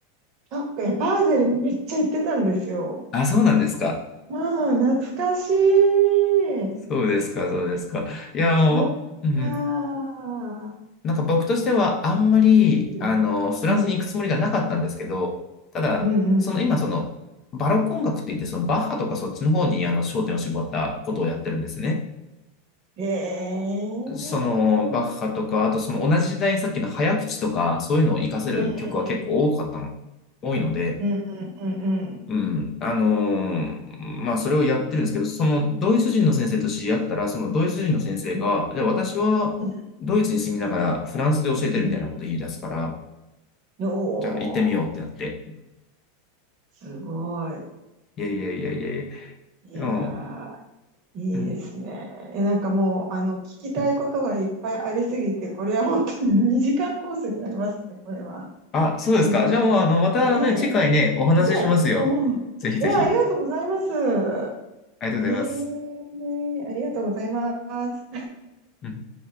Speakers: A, on the right; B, on the left.
A: そっか、いやバーゼルめっちゃ行ってたんですよ。
B: あ、そうなんですか。
A: うん、懐かしい。
B: そうですか、そうですか。いや、
A: そっか。
B: もう、うん。なんか僕としてはあんまり、
A: うん。
B: あの、フランスに行くつもりがなかったんですけど、
A: うん。
B: ただ、
A: うん。うん。
B: その今その、
A: うん
B: バロック音楽って言って、そのバッハとかそっちの方にあの焦点を絞ったことをやってるんですね。
A: ええーすごい。
B: そのバッハとか、あとその同じ時代にさっきの早口とか、そういうのを活かせる曲は結構多かったの、
A: うんうんうん。
B: 多いので、
A: うんうんうんうん。
B: うん、あのーまあそれをやってるんですけど、そのドイツ人の先生と知り合ったら、そのドイツ人の先生が、
A: うん
B: じ私はドイツに住みながらフランスで教えてるみたいなことを言い出すから、
A: うんうん。お
B: じゃあ行ってみようってなって。
A: ー、すごい。
B: いやいやいやいやいや。
A: いや
B: でも、
A: ー、いいですね。
B: うん、
A: え、なんかもう、あの、聞きたいことがいっぱいありすぎて、
B: うん。
A: これは本当に2時間コースになりますね、これは。
B: あ、そうですか。
A: すごいな。
B: じゃあ、あの、またね、
A: ね
B: 次回ね、お話ししますよ。
A: え、ねえ、うん。
B: ぜひぜひ。
A: いや、ありがとうございます。
B: ありがとうございます。
A: ええーありがとうございます。
B: うん